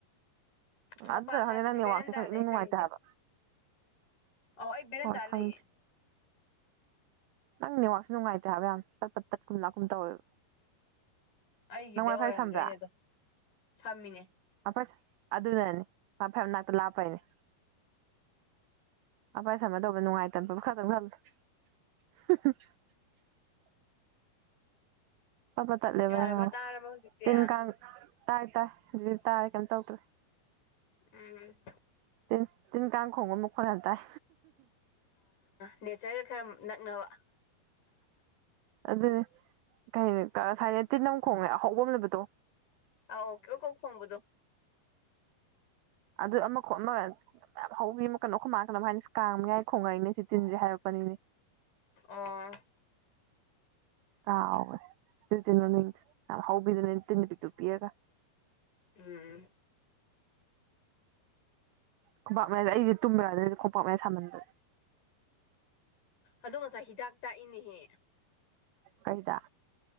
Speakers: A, on the right; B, on the left.
A: ꯑꯗꯨꯅꯔ
B: ꯃꯄꯥꯟ ꯍꯥꯏꯕꯗꯤ
A: ꯈꯪꯗꯦ ꯅꯪ ꯅꯦꯠꯋꯥꯛꯁꯦ
B: ꯕꯦꯔꯦꯟꯗꯥꯅꯦ
A: ꯈꯪ ꯏꯅꯨꯡ
B: ꯑ ꯂꯩꯔꯤꯁꯦ
A: ꯅꯨꯡꯉꯥꯏꯇꯦ ꯍꯥꯏꯕ
B: ꯑꯣ ꯑꯩ ꯕꯦꯔꯦꯟꯗꯥ
A: ꯍꯣꯏ ꯈꯪꯗꯦ
B: ꯂꯩꯌꯦꯦ
A: ꯅꯪꯅꯦꯋꯥꯥꯛꯁꯨ ꯅꯨꯡꯉꯥꯏꯇꯦ ꯍꯥꯏꯕ ꯌꯥꯝ ꯆꯠ ꯄꯠ ꯇꯠ ꯀꯨꯝ ꯂꯥꯛꯀꯨꯝ ꯇꯧꯋꯦꯕ
B: ꯑꯩꯒꯤꯗ
A: ꯅꯪ ꯋꯥꯏ
B: ꯑꯣꯏꯔꯝꯗꯣꯏꯅꯦ
A: ꯐꯥꯏ ꯁꯝꯕ꯭ꯔꯥ
B: ꯑꯗꯣ ꯁꯝꯃꯤꯅꯦ
A: ꯐꯁꯦ ꯑꯗꯨꯅꯅꯦ ꯐ ꯃꯅꯥꯛꯇ ꯂꯥꯞꯄꯩꯅꯦ ꯑꯚꯥꯏ ꯁꯃꯅ ꯇꯧꯕ ꯅꯨꯡꯉꯥꯏꯇꯅ ꯈꯖꯪ ꯈꯜꯂ <unintelligible> ꯐꯠꯄ ꯇꯠꯂꯦꯕ
B: ꯌꯥꯔꯕ
A: ꯅ ꯅꯍ
B: ꯇꯥꯔꯕ ꯍꯧꯖꯤꯛꯇꯤ
A: ꯇꯤꯟ ꯀꯥꯡ ꯇꯥꯏ ꯇꯥꯏ ꯍꯧꯖꯤꯛꯇ ꯇꯥꯏꯔꯦ ꯀꯩꯝ ꯇꯧꯗꯣꯏꯦ
B: ꯎꯝ
A: ꯤꯟ ꯇꯤꯟ ꯀꯥꯡ ꯈꯣꯡꯕ ꯃꯈꯣꯠ ꯍꯥꯏ ꯇꯥꯏ
B: ꯅꯦꯆꯔꯒ ꯈꯔ ꯅꯛꯅꯕ
A: ꯑꯗꯨꯅꯦ ꯀꯩꯅꯤ ꯁꯥꯏꯅ ꯇꯤ ꯂꯝꯝ ꯈꯣꯡꯅꯦ ꯑꯍꯧꯕꯅꯕꯗꯣ
B: ꯑ ꯑꯣꯦꯀꯣ ꯈꯣꯡꯕꯣ
A: ꯑꯗꯨ ꯑꯃꯈ ꯑꯃ ꯌꯥꯝꯌꯥꯝ ꯍꯧꯧꯕꯤ ꯑꯃ ꯀꯩꯅꯣꯈ ꯃꯥꯜꯂꯝ ꯍꯥꯏꯅ ꯀꯥꯡꯥꯡꯉꯏ ꯈꯣꯡꯉꯛꯏꯅꯦ ꯁꯤ ꯇꯤꯟꯁꯦ ꯍꯥꯏꯔꯛꯄꯅꯤꯅꯦ
B: ꯑꯣ
A: ꯀꯥꯎꯋꯦ ꯑꯗꯨ ꯇꯤꯟꯅꯣ ꯌꯥꯝ ꯍꯧꯕꯤꯗꯨꯅꯦ ꯇꯤꯟ ꯅꯨ ꯄꯤꯛꯇꯨ ꯄꯤꯔꯒ
B: ꯎꯝ
A: ꯈꯣꯡꯄꯥꯛ ꯃꯌꯥꯗ ꯑꯩꯁꯦ ꯇꯨꯝꯃꯤꯔꯛ ꯑꯗꯨꯩꯗꯤ ꯈꯣꯡꯄꯥꯛ ꯃꯌꯥ ꯁꯥꯝꯃꯟꯗ
B: ꯑꯗꯣ ꯉꯁꯥꯏ ꯍꯤꯗꯥꯛ ꯇꯥꯛꯏꯅꯦꯍꯦ
A: ꯀꯩꯗ